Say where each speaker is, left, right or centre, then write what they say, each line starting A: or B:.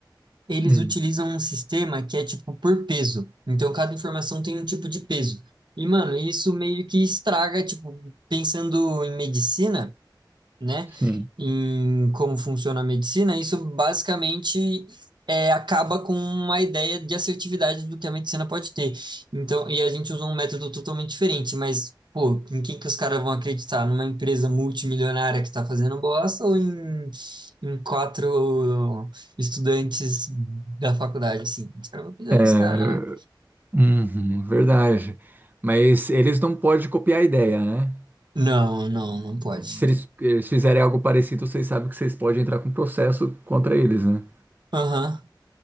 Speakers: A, on the right; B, on the right.
A: eles
B: Hum.
A: utilizam um sistema que é tipo por peso. Então cada informação tem um tipo de peso. E, mano, isso meio que estraga, tipo, pensando em medicina, né,
B: Sim.
A: em como funciona a medicina, isso basicamente é, acaba com uma ideia de assertividade do que a medicina pode ter. Então, e a gente usa um método totalmente diferente, mas, pô, em quem que os caras vão acreditar? Numa empresa multimilionária que está fazendo bosta ou em, em quatro estudantes da faculdade, assim? Os caras vão acreditar
B: É,
A: nos caras, né?
B: uhum, verdade. Mas eles não podem copiar a ideia, né?
A: Não, não, não pode.
B: Se eles, eles fizerem algo parecido, vocês sabem que vocês podem entrar com um processo contra eles, né?
A: Aham.